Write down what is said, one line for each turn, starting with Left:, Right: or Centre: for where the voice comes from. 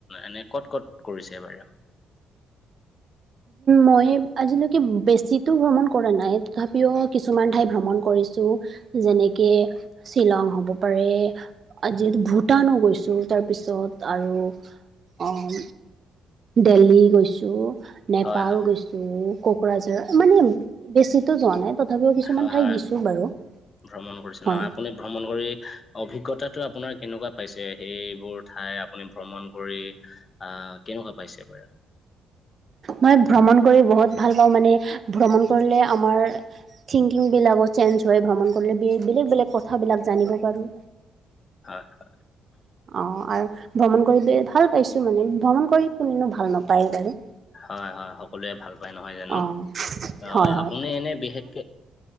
Left: এনে ক'ত ক'ত কৰিছে বাৰু
Right: মই আজিলৈকে বেছিতো ভ্ৰমণ কৰা নাই তথাপিও কিছুমান ঠাই ভ্ৰমণ কৰিছোঁ যেনেকে, শ্বিলং হব পাৰে আ যিহেতু ভূটানো গৈছো তাৰপিছত আৰু আহ দেল্হী গৈছো নেপাল
Left: হয় হয়
Right: গৈছো কোকৰাঝাৰ মানে বেছিতো যোৱা নাই তথাপিও কিছুমান
Left: হয় হয়
Right: ঠাই দিছো বাৰু <inaudible>
Left: ভ্ৰমণ কৰিছে
Right: হয়
Left: ন আপুনি ভ্ৰমণ কৰি অভিজ্ঞতাটো আপোনাৰ কেনেকুৱা পাইছে, সেইবোৰ ঠাই আপুনি ভ্ৰমণ কৰি অ', কেনেকুৱা পাইছে বাৰু
Right: মই ভ্ৰমণ কৰি বহুত ভাল পাওঁ মানে, ভ্ৰমণ কৰিলে আমাৰ থিং বিলাকো চেঞ্জ হয় ভ্ৰমণ কৰিলে বেলেগ বেলেগ কথাবিলাক জানিব পাৰোঁ
Left: হয় হয়
Right: অ', ৰু ভ্ৰমণ কৰি ব ভাল পাইছো মানে ভ্ৰমণ কৰি কোনেনো ভাল নাপায় বাৰু
Left: হয়, হয় সকলোৱে ভাল পায় নহয় জানো
Right: অঁ
Left: আহ
Right: হয় হয়
Left: আপুনি এনে বিশেষকে